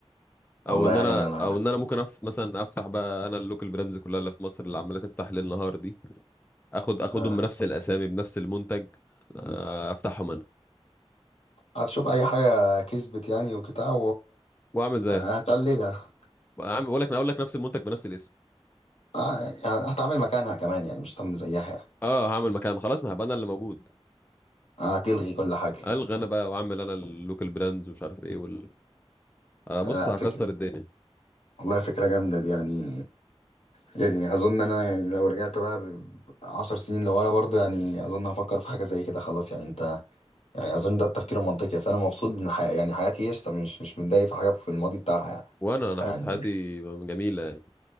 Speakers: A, on the left (about 80°); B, on the left (about 15°).
A: والله
B: او ان
A: يعني
B: انا
A: انا
B: او ان انا ممكن أف... مثلا افتح بقى انا اللوكال براندز كلها اللي في مصر اللي عماله تفتح ليل نهار دي اخد اخدهم
A: آه،
B: بنفس الاسامي بنفس المنتج آه، افتحهم انا
A: هتشوف اي حاجة كسبت يعني وبتاع
B: واعمل زيها
A: وهتقلدها
B: اعمل اقول لك اقول لك نفس المنتج بنفس الاسم
A: آه هتعمل مكانها كمان يعني مش هتعمل زيها يعني
B: اه هعمل مكان خلاص ما هبقى انا اللي موجود
A: آه، هتلغي كل حاجة
B: الغى انا بقى واعمل انا اللوكال براندز ومش عارف ايه وال... آه
A: لا
B: بص هكسر
A: فكرة
B: الدنيا
A: والله فكرة جامدة دي يعني يعني أظن أنا يعني لو رجعت بقى ب- عشر سنين لورا برضو يعني أظن هفكر في حاجة زي كده خلاص يعني أنت يعني اظن ده التفكير المنطقي اصل انا مبسوط ان حي... يعني حياتي قشطه مش مش متضايق في حاجه في الماضي بتاعها يعني
B: وانا
A: فيعني
B: انا حاسس حياتي جميله يعني